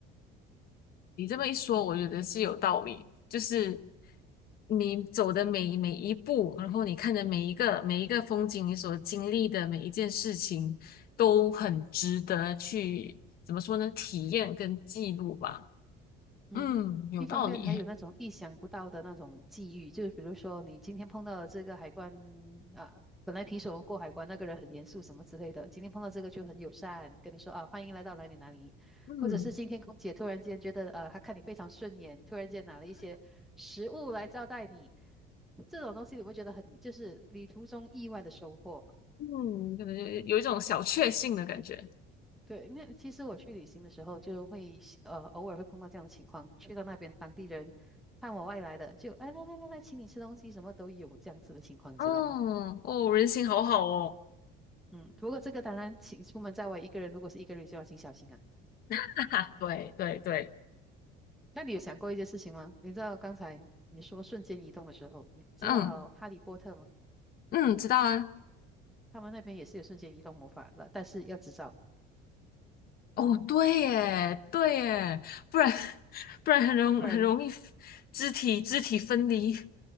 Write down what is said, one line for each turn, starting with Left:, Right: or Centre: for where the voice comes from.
Left: 你这么一说，我觉得是有道理。就是你走的每每一步，然后你看的每一个每一个风景，你所经历的每一件事情，都很值得去，怎么说呢？体验跟记录吧。
Centre: 嗯哼，
Left: 嗯，有道理。
Centre: 一方面还有那种意想不到的那种际遇，
Left: <laughs>
Centre: 就是比如说你今天碰到了这个海关啊，本来平时我们过海关那个人很严肃什么之类的，今天碰到这个就很友善，跟你说啊欢迎来到哪里哪里，
Left: 嗯
Centre: 或者是今天空姐突然间觉得呃她看你非常顺眼，突然间拿了一些食物来招待你，这种东西你会觉得很就是旅途中意外的收获嘛？
Left: 嗯，可能有有一种小确幸的感觉。
Centre: 对，那其实我去旅行的时候，就会喜呃偶尔会碰到这样的情况，去到那边当地人看我外来的，就哎来来来来，请你吃东西，什么都有这样子的情况，你知道吗？
Left: 哦哦，人心好好哦。
Centre: 嗯，不过这个当然，请出门在外一个人，如果是一个人就要请小心啊。
Left: <laughs> 对对对，
Centre: 那你有想过一件事情吗？你知道刚才你说瞬间移动的时候，你知道哈利波特吗？
Left: 嗯嗯，知道啊。
Centre: 他们那边也是有瞬间移动魔法了，但是要执照，
Left: 哦，对耶，对耶，不然 <laughs> 不然很容很容易
Centre: 不然
Left: 肢体肢体分离，<laughs>